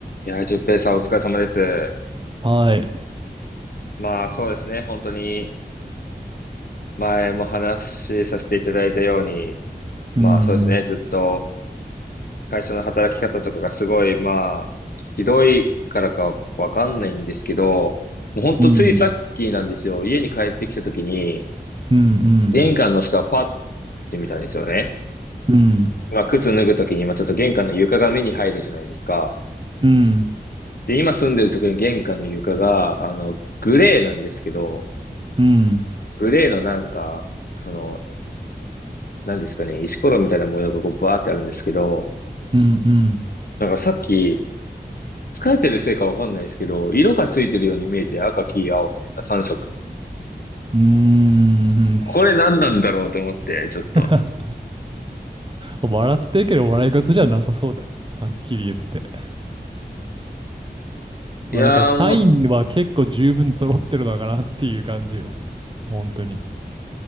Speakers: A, on the left; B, on the right.
A: いやー、淳平さんお疲れ様です。
B: はい。
A: まあそうですね、本当に前も話しさせていただいたように、
B: うん、
A: まあそうですね、ずっと会社の働き方とかがすごい、まあ、ひどいからかわかんないんですけど、もう本当ついさっきなんですよ、
B: うん、
A: 家に帰ってきた時に、
B: うん、う
A: 玄関の下をパッ
B: ん、
A: て見たんですよね。
B: うん、うん、
A: まあ靴脱ぐ時に、まあちょっと玄関の床が目に入るじゃないですか。
B: うん、
A: で、今住んでる時の玄関の床が、あの、グレーなんですけど、
B: うん、
A: グレーのなんか、その、なんですかね、石ころみたいな模様がこうバーってあるんですけど、
B: うん
A: なんかさっき、疲れてるせいかわかんないですけど、色がついてるように見えて赤、黄、青みたいな3色。
B: うーん。
A: これ何なんだろうと思って、ちょっと。
B: <laughs> 笑ってるけど笑い事じゃなさそうだよ。はっきり言って。まあなんかサインは結構十分揃ってるのかなっていう感じよ。
A: いやーもう、
B: 本当に。